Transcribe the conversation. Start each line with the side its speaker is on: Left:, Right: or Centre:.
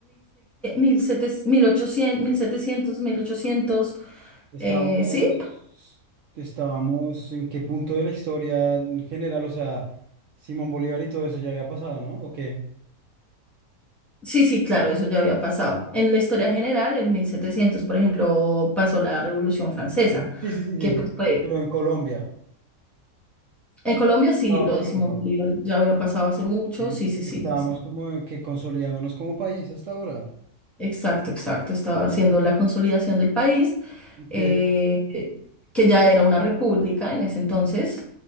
Centre: 1600, mil setecientos mil ochocientos
Right: estábamos,
Centre: Eh, sí,
Right: estábamos en qué punto de la historia en general, o sea, Simón Bolívar y todo eso ya había pasado, ¿no? ¿O qué?
Centre: sí, sí, claro, eso ya había pasado. En la historia general, en 1700 por ejemplo, pasó la Revolución Francesa,
Right: Sí, sí, sí, sí,
Centre: que
Right: sí.
Centre: pues fue...
Right: Pero en Colombia
Centre: En Colombia sí,
Right: estaba
Centre: lo
Right: pasando.
Centre: decimos Bolívar ya había pasado hace mucho.
Right: ¿sí?
Centre: Sí, sí, sí,
Right: Estábamos
Centre: sí, sí.
Right: como que consolidándonos como país hasta ahora.
Centre: Exacto, exacto. Estaba haciendo la consolidación del país,
Right: Ok,
Centre: eh, eh, que ya era una república en ese entonces,